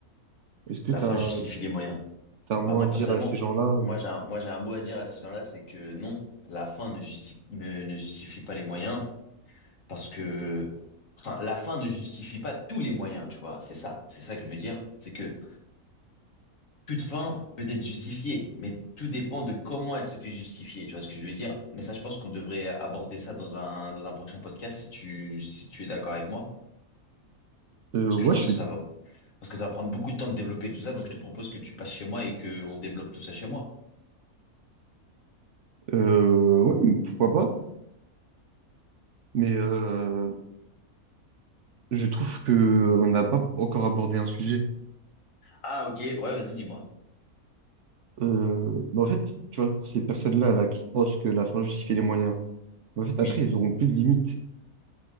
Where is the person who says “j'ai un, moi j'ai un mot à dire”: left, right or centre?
Left